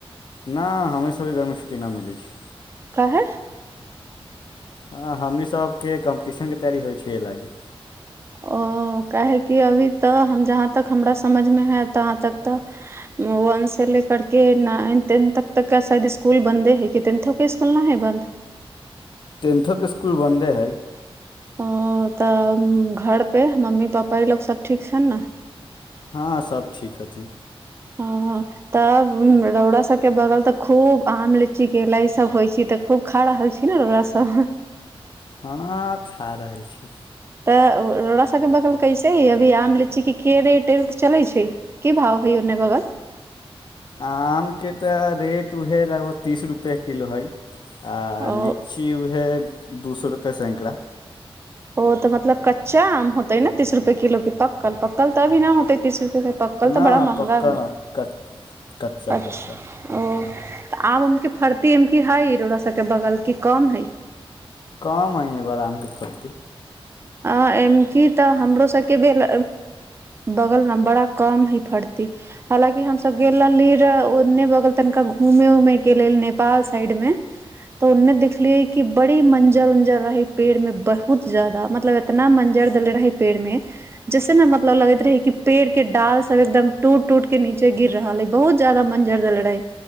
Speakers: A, on the left; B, on the right.
A: न हमेशाे घरमे छुट्टी न मिलै छै
B: काहे
A: ह हमनी सबके कम्पटिशन के तैयारी होइ छै ए लागी
B: ओ काहेकि अभी तऽ हम जहाँ तक हमरा समझमे है तहाँ तक तऽ वनसँ ले करकेऽ नाइन टेंथक तकके शायद इसकुल बन्दे हइ कि टेंथोके इसकुल नहि हइ बन्द
A: टेंनथोके इसकुल बन्दे हइ
B: ओ तऽ घर पे मम्मी पपापा ई लोकसभ ठीक छनि ने
A: हँ सभ ठीक हथिन
B: हँ तब रौड़ास सभके बगल तऽ खूब आम लीची केरा ईसभ होइ छै तऽ खूब खा रहल छी ने रौड़ास सभ
A: हँ खा रहल छी
B: तऽ रड़रा सबके बगल कैसे हइ अभी आम लीचीके के रेट उेट चलै छै की भाव हइ ओन्ने बगल
A: आमके तऽ रेट उएहे लगभग तीस रुपए किलो हइ आ
B: ओ
A: लीची उह दू सए रुपैए सैकड़ा
B: ओ तऽ मतलब कच्चा आम होते न ने तीस रुपए किलो क पक्कल पकल तऽभी न होतै तीस रुपे क पकल
A: नहि
B: तऽ बड़ा महँगा
A: पक्का क कच्चा
B: अच्छा
A: कच्चा
B: ओ तऽ आब उम के फर्तीम की हइ रोड़ सबके बगल की कम है
A: कम हइ बरामके फति
B: आ एम की तऽ हमरो सबके भेल बगल न बड़ा कम है फर्ती हलाकि हमस गेल रहली र ओन्ने बगल तनिका घूमे उमे के लेल नेपाल साइड मे तऽ ओन्ने देखलियै क बड़ी मंजर उंजर रहे पेड़ में बहुत जादा मतलब एतना मं्जर देले रहे पेड़ में जैसे ने मतलब लगैत रहे कि पेड़ के डाल सब एकदम टूट टूट के नीचे गिर रहल है बहुत जदा मं्जर देले रहे